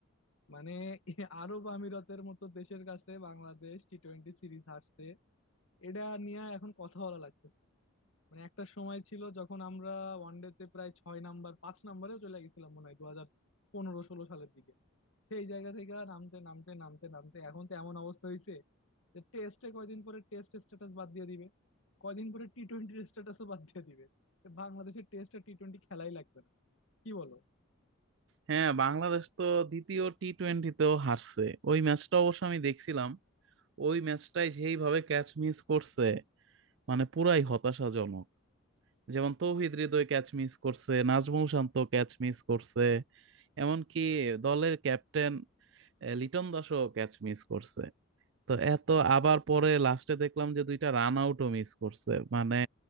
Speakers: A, on the left; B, on the right.
A: মানে আরব আমিরাতের মতো দেশের কাছে বাংলাদেশ টি টোয়েন্টি সিরিজ হারছে এটা নিয়ে এখন কথা বলা লাগতেছে মানে একটা সময় ছিল যখন আমরা ওয়ানডেতে প্রায় ছয় নাম্বার পাঁচ নাম্বারেও চলে গেছিলাম মনে হয় দু হাজার পনেরো ষোলো সালের দিকে সেই জায়গা থেকে আর নামতে নামতে নামতে নামতে এখন তো এমন অবস্থা হয়েছে যে টেস্টে কয়দিন পরে টেস্ট স্ট্যাটাস বাদ দিয়ে দিবে কয়দিন পরে টি টোয়েন্টির স্ট্যাটাসও বাদ দিয়ে দিবে তো বাংলাদেশের টেস্ট আর টি টোয়েন্টি খেলাই লাগবে না কি বলো
B: হ্যাঁ বাংলাদেশ তো দ্বিতীয় টি টোয়েন্টিতেও হারছে ওই ম্যাচটা অবশ্য আমি দেখছিলাম ওই ম্যাচটাই যেইভাবে ক্যাচ মিস করছে মানে পুরাই হতাশাজনক যেমন তৌহিদ হৃদয় ক্যাচ মিস করছে নাজমুল শান্ত ক্যাচ মিস করছে এমনকি দলের ক্যাপ্টেন লিটন দাসও ক্যাচ মিস করছে তো এত আবার পরে লাস্টে দেখলাম যে দুইটা রান আউটও মিস করছে মানে